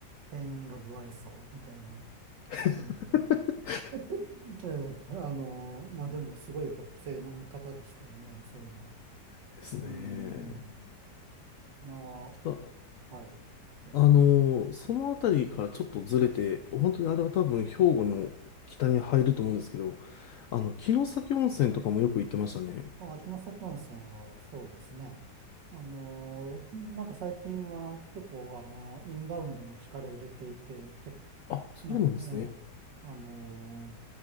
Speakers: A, on the right; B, on the left.
A: 店員が不愛想みたいな。
B: <laughs>
A: 感じで。で、あの、まあでもすごい学生の見方でしたよね、そういうのが。
B: ですね。
A: うん。あー、
B: あ、
A: はい。そうです。
B: あのその辺りからちょっとずれて、本当にあれは多分兵庫の北に入ると思うんですけど、あの、城崎温泉とかもよく行ってましたね。
A: まあ、秋ヶ崎温泉はそうですね。あのー、なんか最近は結構、あのー、インバウンドに力入れていて、結
B: あ、そうなんですね。
A: ね、ええ、あのー、